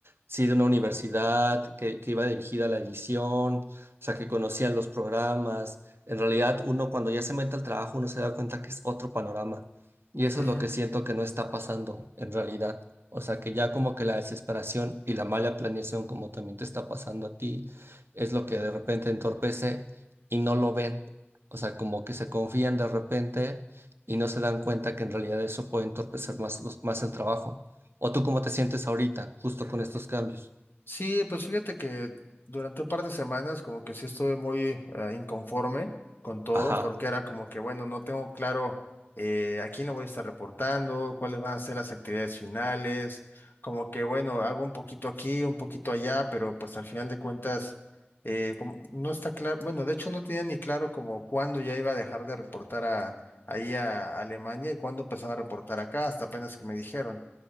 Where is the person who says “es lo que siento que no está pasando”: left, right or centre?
Right